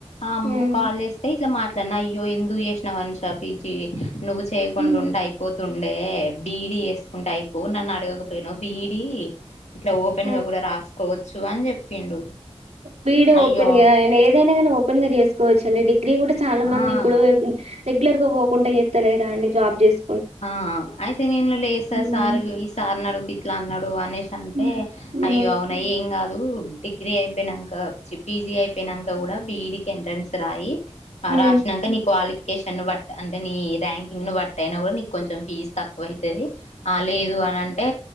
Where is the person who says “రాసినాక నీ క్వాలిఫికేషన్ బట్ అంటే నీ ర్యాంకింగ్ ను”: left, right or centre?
Left